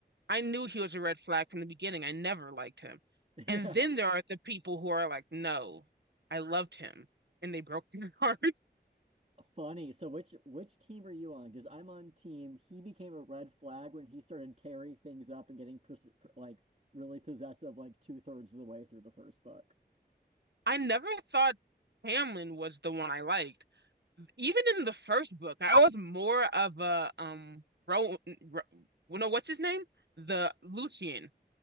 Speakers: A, on the right; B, on the right.
A: I knew he was a red flag from the beginning. I never liked him.
B: <laughs> yeah.
A: And then there are the people who are like, no, I loved him and they broke my heart. <laughs>
B: Funny. So which which team are you on? Because I'm on team. He became a red flag when he started tearing things up and getting pers pr- like really possessive, like two thirds of the way through the first book.
A: I never thought Hamlin was the one I liked. Even in the first book, I was more of a um Ro, Ro well, no, what's his name? The Lucian.